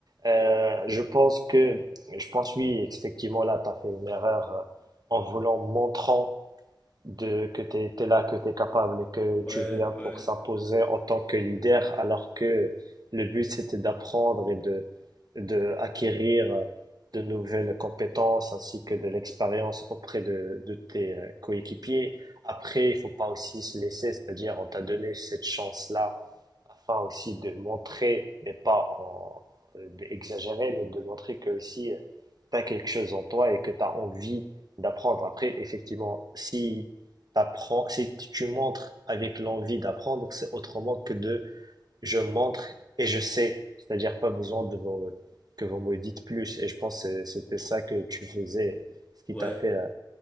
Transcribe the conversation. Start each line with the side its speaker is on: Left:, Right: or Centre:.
Right: Euh, je pense que, je pense oui, effectivement, là, tu as fait une erreur euh, en voulant montrant de que tu es, là, que tu es capable et que
Left: ouais,
Right: tu viens
Left: ouais,
Right: pour s'imposer en tant que leader, alors que le but c'était d'apprendre et de, de acquérir de nouvelles compétences ainsi que de l'expérience auprès de, de tes euh, coéquipiers. Après, il faut pas aussi se laisser, c'est-à-dire on t'a donné cette chance-là afin aussi de montrer, mais pas en, euh, d'exagérer, mais de montrer que aussi tu as quelque chose en toi et que tu as envie d'apprendre. Après, effectivement, si t'apprends, si t- tu montres avec l'envie d'apprendre, c'est autrement que de je montre et je sais. C'est-à-dire pas besoin de vous- euh, que vous me dites plus. Et je pense que c'est- c'était ça que tu faisais, ce qui
Left: ouais.
Right: t'a fait, euh,